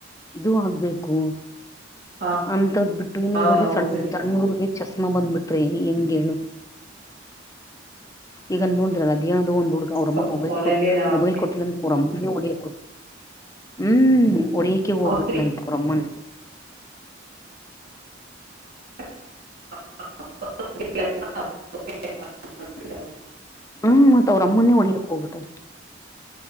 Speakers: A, on the left; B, on the right.
A: ಇದು ಆಗ್ಬೇಕು
B: ಹಾ
A: ಅಂತಂದ್ ಬಿಟ್ಟು ಇನ್ನು
B: ಹಾ
A: ಇವಾಗ
B: ಹೌದ್ರಿ
A: ಸಣ್ಣಣೂರಿಗೆ ಚಸ್ಮಾ ಬಂದ್ಬಿಟ್ರಿ ಹೆಂಗೇನು <inaudible> ಈಗ ನೋಡಿದ್ರಲ್ಲ ಅ ದೇನ ಅದ ಒಂದ್ ಹುಡುಗ ಅವ್ರಮ್ಮ
B: ಸ್ವಲ್ಪ
A: ಮೊಬೈಲ್
B: ಫೋನಲ್ಲಿ ನಾವ್
A: ಮೊಬೈಲ್ ಕೊಟ್ಟಲಂತ ಅಮ್ಮನ್ನ ಹೊಡಿಯೋಕೆ ಹ್ಮ್ ಹೊಡಿಯಕೆ ಹೋಗ್ಬಿಟ್ನಂತೆ
B: ಹೌದ್ರಿ
A: ಅವರ ಅಮ್ಮನ
B: <unintelligible>
A: ಹ್ಮ್ ಮತ್ ಅವ್ರ ಅಮ್ಮನೆೇ ಹೊಡಿಯಕ್ ಹೋಗ್ಬಿಟ್ಟವ್ನೇ